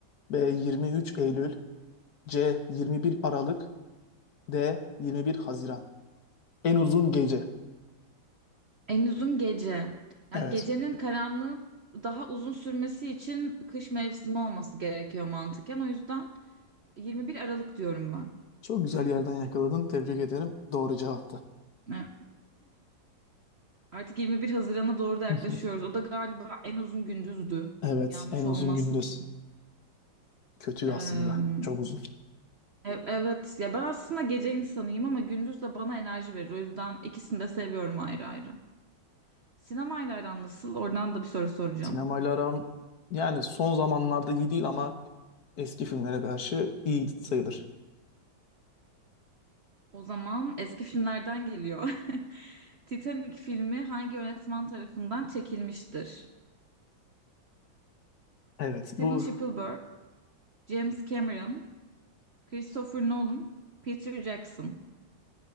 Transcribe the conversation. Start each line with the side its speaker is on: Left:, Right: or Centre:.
Left: B. 23 Eylül C. 21 Aralık D. 21 Haziran En uzun gece.
Right: En uzun gece. Yani
Left: Evet.
Right: gecenin karanlığın daha uzun sürmesi için kış mevsimi olması gerekiyor mantıken. O yüzden 21 Aralık diyorum ben.
Left: Çok güzel yerden yakaladın. Tebrik ederim. Doğru cevaptı.
Right: Evet. Artık 21 Haziran'a doğru da yaklaşıyoruz.
Left: <laughs>
Right: O da galiba en uzun gündüzdü.
Left: Evet.
Right: Yanlış
Left: En uzun
Right: olmasın.
Left: gündüz. Kötü
Right: Ee,
Left: aslında. Çok uzun.
Right: e- evet ya ben aslında gece insanıyım ama gündüz de bana enerji verir. O yüzden ikisini de seviyorum ayrı ayrı. Sinemayla aran nasıl? Oradan da bir soru soracağım.
Left: Sinemayla aram yani son zamanlarda iyi değil ama eski filmlere karşı iyi sayılır.
Right: O zaman eski filmlerden geliyor. <laughs> Titanic filmi hangi yönetmen tarafından çekilmiştir?
Left: Evet.
Right: Steven
Left: Bu
Right: Spielberg, James Cameron, Christopher Nolan, Peter Jackson.